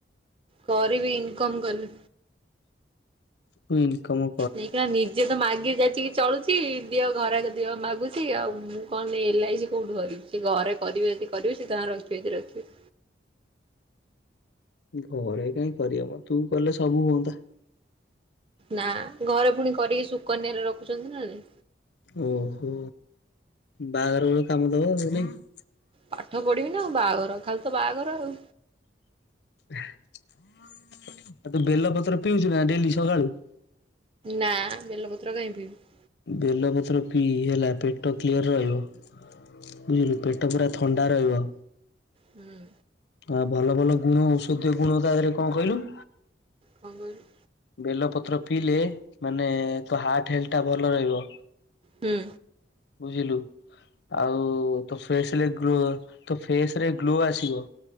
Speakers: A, on the right; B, on the left.
A: କରିବି ଇନକମ୍ କଲେ।
B: ତୁ ଇନକମ୍
A: ଏଇଖିଣା ନିଜେ ତ ମାଗି ଯାଚି କି ଚଳୁଚି ଚି ଦିଅ ଘରକୁ ଦିଅ ମାଗୁଚି ଆଉ ମୁଁ କଣ ଏଲ୍ ଆଇ ସି କଉଠି ଭରିବି ସେ ଘରେ କରିବେ ଯଦି କ କରିବେ ସେ ତାଙ୍କର ରଖିବେ ଯଦି ରଖିବେ।
B: ଘରେ କାହିଁ କରିବେ ମ ତୁ କଲେ ସବୁ ହୁଅନ୍ତା।
A: ନା ଘରେ ପୁଣି କରିକି ସୁକନ୍ୟାରେ ରଖୁଚନ୍ତି ନା ନାହିଁ।
B: ଓହୋ ବାହାଘର ବଳେ କାମ ଦବ ସେଥି ପାଇଁ
A: ପାଠ ପଢିବି ନା ଆଉ ବାହାଘର ଖାଲି ତ ବାହାଘର ଆଉ।
B: ଆଉ ତୁ ବେଲପତ୍ର ପିଉଚୁ ନା ଡେଲି ସକାଳୁ?
A: ନା ବେଲପତ୍ର କାହିଁକି ପିଇବି?
B: ବେଲପତ୍ର ପି ହେଲା ପେଟ କ୍ଲିୟର୍ ରହିବ। ବୁଝିଲୁ ପେଟ ପୁରା ଥଣ୍ଡା ରହିବ।
A: ହୁଁ।
B: ଆଉ ଭଲ ଭଲ ଗୁଣ ଔଷଧୀୟ ଗୁଣ ତା ଦେହରେ କଣ କହିଲୁ?
A: କଣ୍ କହିଲୁ?
B: ବେଲ ପତ୍ର ପିଇଲେ ମାନେ ତୋ ହାର୍ଟ ହେଲଥଟା ଭଲ ରହିବ।
A: ହୁଁ।
B: ବୁଝିଲୁ। ଆଉ ତୋ ଫେସରେ ଗ୍ଲୋ ତୋ ଫେସ ରେ ଗ୍ଲୋ ଆସିବ।